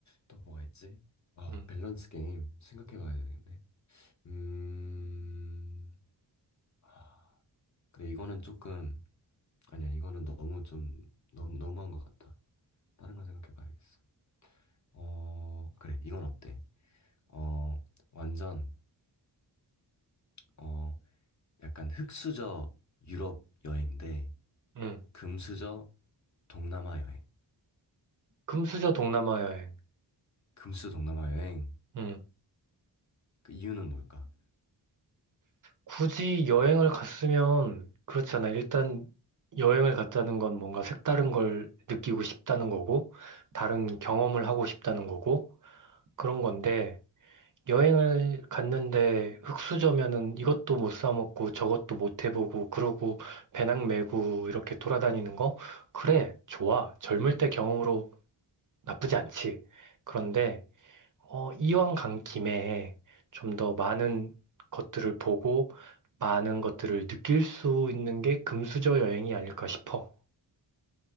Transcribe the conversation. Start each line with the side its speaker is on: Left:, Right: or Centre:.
Left: 또 뭐가 있지? 아,
Right: 음,
Left: 밸런스 게임 생각해 봐야 되겠네. 음, 아, 그래, 이거는 조금, 아니야, 이거는 너무 좀, 너무, 너무한 것 같아. 다른 거 생각해 봐야겠어. 어, 그래, 이건 어때? 어, 완전, 어, 약간 흑수저 유럽 여행 대
Right: 음,
Left: 금수저 동남아 여행.
Right: 금수저 동남아 여행.
Left: 금수 동남아 여행.
Right: 음,
Left: 그 이유는 뭘까?
Right: 굳이 여행을 갔으면, 그렇잖아. 일단 여행을 갔다는 건 뭔가 색다른 걸 느끼고 싶다는 거고, 다른 경험을 하고 싶다는 거고, 그런 건데, 여행을 갔는데 흙수저면은 이것도 못 사 먹고 저것도 못 해보고 그러고 배낭 메고 이렇게 돌아다니는 거? 그래, 좋아. 젊을 때 경험으로 나쁘지 않지. 그런데 어, 이왕 간 김에 좀 더 많은 것들을 보고 많은 것들을 느낄 수 있는 게 금수저 여행이 아닐까 싶어.